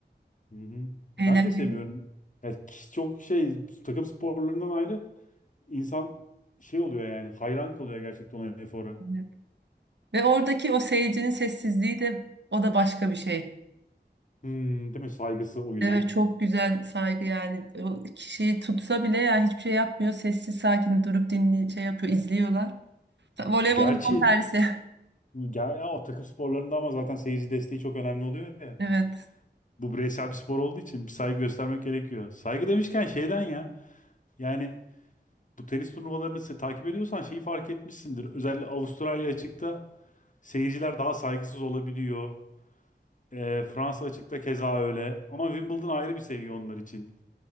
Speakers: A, on the left (about 45°); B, on the right (about 75°).
A: Hı hı.
B: Eğlenceli.
A: Ben de seviyorum. Ya ki- çok şey takım sporlarından ayrı insan şey oluyor yani hayran kalıyor gerçekten ona. efora.
B: Evet. Ve oradaki o seyircinin sessizliği de o da başka bir şey.
A: Hmm, değil mi? Saygısı oyuna.
B: Evet çok güzel saygı yani o kişiyi tutsa bile yani hiçbir şey yapmıyor. Sessiz sakin durup dinli şey yapıyor izliyorlar. Voleybolun
A: Gerçi
B: tam tersi. <laughs>
A: Ya, ya o takım sporlarında ama zaten seyirci desteği çok önemli oluyor ya.
B: Evet.
A: Bu bireysel bir spor olduğu için bir saygı göstermek gerekiyor. Saygı demişken şeyden ya. Yani bu tenis turnuvalarını se- takip ediyorsan şeyi fark etmişsindir. Özellikle Avustralya açıkta seyirciler daha saygısız olabiliyor. Ee, Fransa açıkta keza öyle. Ama Wimbledon ayrı bir seviye onlar için.